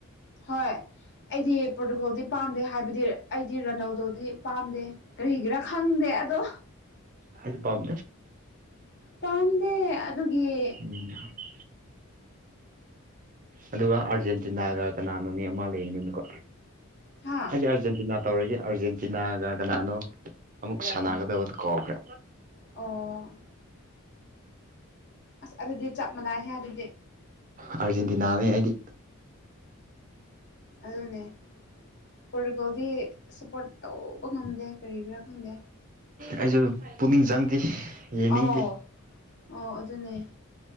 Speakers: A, on the left (about 55°); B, on the right (about 35°).
A: ꯍꯣꯏ ꯑꯩꯗꯤ ꯄ꯭ꯔꯣꯇꯣꯀꯣꯜꯗꯤ ꯄꯥꯝꯗꯦ ꯍꯥꯏꯕꯗꯤ ꯑꯩꯗꯤ ꯔꯟꯧꯗꯧꯗꯤ ꯄꯥꯝꯗꯦ ꯀꯔꯤꯒꯤꯔꯥ ꯈꯪꯗꯦ ꯑꯗꯣ
B: ꯍꯥꯏꯗꯤ ꯄꯝ
A: ꯇꯝꯗꯦ ꯑꯗꯨꯒꯤ
B: ꯎ ꯑꯗꯨꯒ ꯑꯥꯔꯖꯦꯟꯇꯤꯅꯥꯒ ꯀꯅꯥꯅꯣꯅꯦ ꯑꯃ ꯂꯩꯕꯅꯦꯕꯀꯣ
A: ꯍꯥ
B: ꯍꯥꯏꯗꯤ ꯑꯥꯔꯖꯦꯟꯇꯤꯅꯥ ꯇꯧꯔꯒꯦ ꯑꯥꯔꯖꯦꯟꯇꯤꯅꯥꯒ ꯀꯅꯥꯅꯣ ꯑꯃꯨꯛ ꯁꯥꯟꯅꯒꯗꯕꯗꯨ
A: ꯀꯩꯅꯣ
B: ꯀꯧꯈ꯭ꯔꯦ
A: ꯑꯣ ꯑꯁ ꯑꯗꯨꯗꯤ ꯆꯞ ꯃꯥꯟꯅꯩꯍꯦ ꯑꯗꯨꯗꯤ
B: ꯑꯔꯖꯦꯟꯇꯤꯅꯥꯅꯤ ꯑꯩꯗꯤ
A: ꯑꯗꯨꯟꯅꯦ ꯄꯣꯔꯇꯨꯒꯜꯒꯤ ꯁꯞꯄꯣꯔꯠ ꯇꯧꯕ ꯉꯝꯗꯦ ꯀꯔꯤꯒꯤꯔꯥ ꯈꯪꯗꯦ
B: ꯑꯩꯁꯨ ꯄꯨꯛꯅꯤꯡ ꯆꯪꯗꯦ ꯌꯦꯡꯅꯤꯡꯗꯦ
A: ꯑꯥꯎ ꯑꯣ ꯑꯗꯨꯅꯦ